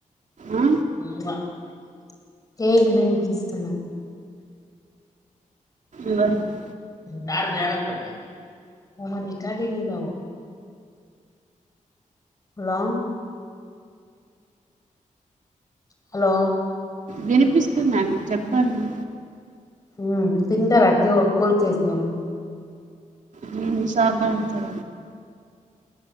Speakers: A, on the right; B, on the left.
A: ఆ
B: !!!!!!!!!! కేకు దిన్పిస్తున్నా
A: ఎవరికి
B: సర ద భ రికార్డింగ్ద హలో హలో
A: వినిపిస్తుందా అండి? చెప్పండి
B: ఉమ్ తింటరా క్యూ కూల్ కేేక్ మీరు?
A: మీ <unintelligible>